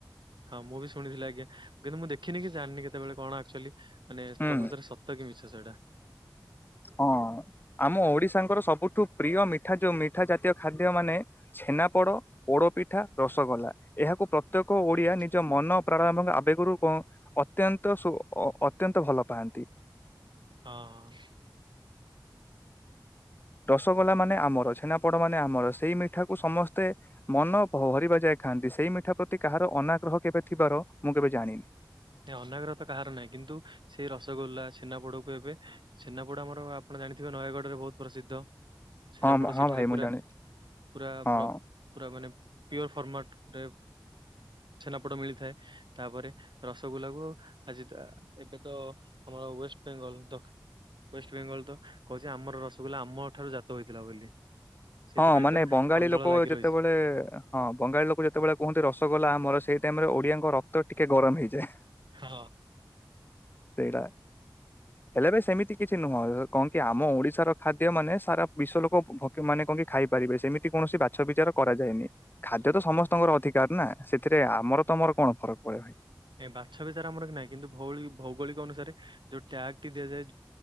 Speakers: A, on the right; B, on the left.
A: ହଁ ମୁଁ ବି ଶୁଣିଥିଲି ଆଜ୍ଞା। କିନ୍ତୁ ମୁଁ ଦେଖିନି କି ଜାଣିନି କେତେବେଳେ କଣ ଆକ୍ଚୁଆଲି ମାନେ
B: ହୁଁ
A: ପ୍ରକୃତରେ ସତ କି ମିିଛ ସେଇଟା।
B: ହଁ ଆମ ଓଡିଶାଙ୍କର ସବୁଠୁ ପ୍ରିୟ ମିଠା ଯୋଉ ମିଠା ଜାତୀୟ ଖାଦ୍ୟ ମାନେ ଛେନାପୋଡ଼ ପୋଡ଼ପିଠା ରସଗୋଲା ଏହାକୁ ପ୍ରତ୍ୟେକ
A: ହଁ
B: ଓଡ଼ିଆ ନିଜ ମନ ପ୍ରାଣୟ ଆବେଗରୁ ଅତ୍ୟନ୍ତ ଅତ୍ୟନ୍ତ ଭଲ ପାଆନ୍ତି।
A: ହଁ ହ।
B: ରସଗଲା
A: ହଁ
B: ମାନେ ଆମର ଛନା ଆପଣ ମାନେ ଆମର ସେଇ ମିଠା କୁ ସମସ୍ତେ ମନ ହରିବା ଯାଇ ଖାଆନ୍ତି ସେଇ ମିଠା ପ୍ରତି କାହାର ଅନା ଗ୍ରହ କେବେ ଥିବାର ମୁଁ କେବେ ଜାଣିନି।
A: ଅନାଗ୍ରହ ତ କାହାର ନାହିଁ କିନ୍ତୁ ସେଇ ରସଗୋଲ୍ଲା ଛେନାପୋଡକୁ ଏବେ ଛେନାପୋଡ ଆମର ଆଣ ଜାଣିଥିବେ ନୟାଗଡ଼ ରେ ବହୁତ ପ୍ରସିଦ୍ଧ। ଛେନାପଟ
B: ହଁ ହଁ
A: ସେଠାରେ
B: ଭାଇ
A: ପୁରା
B: ମୁଁ ଜାଣେ
A: ପୁରା
B: ହଁ।
A: ପୁରା ମାନେ ପିଓର ଫର୍ମାଟ ରେ ଛେନାପୋଟ ମିଳିଥାଏ ତାପରେ ରସଗୋଲାକୁ ଆଜି ଏବେ ତ ଆମର ୱେଷ୍ଟବେେଙ୍ଗଲ ୱେଷ୍ଟବେେଙ୍ଗଲ ତ କହୁଛି ଆମର ରସଗୋଲା ଆମ ଠାରୁ ଜାତ ହେଇଥିଲା ବୋଲି। ସେଥିପାଇଁ
B: ହଁ ମାନେ
A: ତ
B: ବଙ୍ଗାଳୀ
A: କନ୍ଦଳ
B: ଲୋକ
A: ଲାଗି
B: ଯେତେବେଳେ
A: ରହିଛି।
B: ହଁ ବଙ୍ଗାଳୀ ଲୋକ ଯେତେବେଳେ କୁହନ୍ତି ରସଗୋଲା ଆମର ସେଇ ଟାଇମ ରେ ଓଡିଆଙ୍କ ରକ୍ତ ଟିକେ ଗରମ ହେଇଯାଏ।
A: ହଁ।
B: ସେଇଟା ହେଲେ ବ ସେମିତି କିଛି ନୁହଁ କହଣ କି ଆମ ଓଡିଶାର ଖାଦ୍ୟ ମାନେ ସାରା ବିଶ୍ଵ ଲୋକ ଭ ମାନେ କହ କି ଖାଇପାରିବେ ସେମିତି କୌଣସି ବାଛ ବିଚାର କରାଯାନି ଖାଦ୍ୟ ତ ସମସ୍ତଙ୍କର ଅଧିକାର ନା ସେଥିରେ ଆମର ତମର କଣ ଫରକ ପଡେ ଭାଇ।
A: ଏ ବାଛ ବିଚାର ଆମର ନାହିଁ କିନ୍ତୁ ଭୌଗୋଳିକ ଅନୁସାରେ ଯୋଉ ଟ୍ୟାଗ ଟି ଦିଆଯାଏ